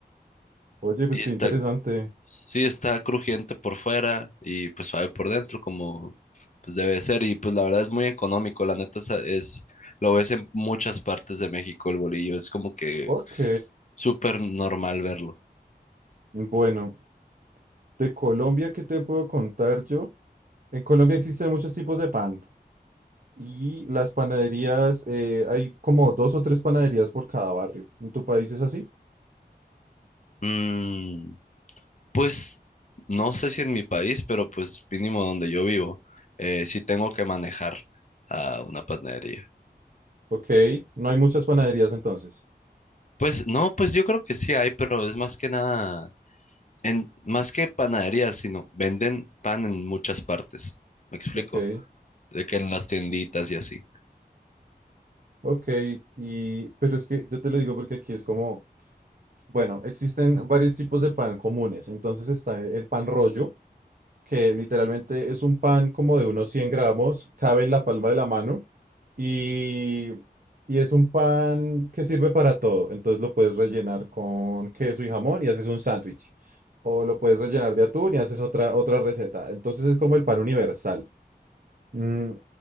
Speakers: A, on the right; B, on the left.
A: Oye, pues
B: Y
A: qué
B: está,
A: interesante.
B: sí, está crujiente por fuera y pues suave por dentro, como pues debe ser. Y pues la verdad es muy económico, la neta es, es- lo ves en muchas partes de México el bolillo, es como que
A: Ok,
B: súper normal verlo.
A: bueno, de Colombia, ¿qué te puedo contar yo? En Colombia existen muchos tipos de pan. Y las panaderías, eh, hay como dos o tres panaderías por cada barrio. ¿En tu país es así?
B: Mm. Pues no sé si en mi país, pero pues mínimo donde yo vivo, eh, sí tengo que manejar a una panadería.
A: Ok, no hay muchas panaderías entonces.
B: Pues no, pues yo creo que sí hay, pero es más que nada, en, más que panaderías, sino venden pan en muchas partes. ¿Me explico?
A: Ok,
B: De que en las tienditas y así.
A: ok. Y, pero es que yo te lo digo porque aquí es como, bueno, existen varios tipos de pan comunes. Entonces está el pan rollo, que literalmente es un pan como de unos 100 gramos, cabe en la palma de la mano y, y es un pan que sirve para todo. Entonces lo puedes rellenar con queso y jamón y haces un sándwich. O lo puedes rellenar de atún y haces otra, otra receta. Entonces es como el pan universal. Mm,